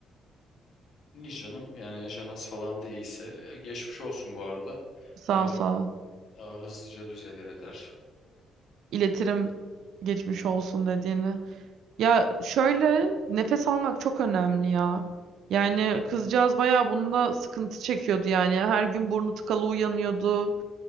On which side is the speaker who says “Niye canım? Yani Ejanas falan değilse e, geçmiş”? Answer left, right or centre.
Left